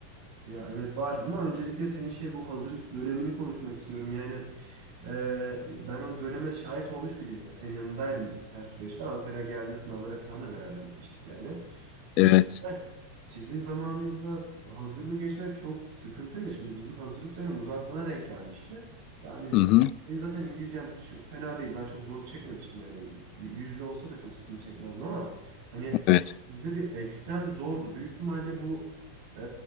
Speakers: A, on the right; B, on the left.
A: Ya evet var ama öncelikle senin şey bu hazırlık dönemini konuşmak istiyorum. Yani e, ben o döneme şahit olmuş biriyim. Yani senin yanındaydım her süreçte. Ankara'ya geldiğinde sınavlara falan da beraber gitmiştik yani.
B: Evet.
A: Ya cidden sizin zamanınızda hazırlığı geçmek çok sıkıntıydı. Şimdi bizim hazırlık dönemi uzaklığına denk gelmişti. Yani
B: Hı hı.
A: benim zaten İngilizcem şu, fena değil. Ben çok zorluk çekmemiştim yani. Y- Yüz yüze olsa da çok sıkıntı çekmezdim ama hani
B: Evet.
A: bizde bir ekstrem zordu. Büyük ihtimalle bu e,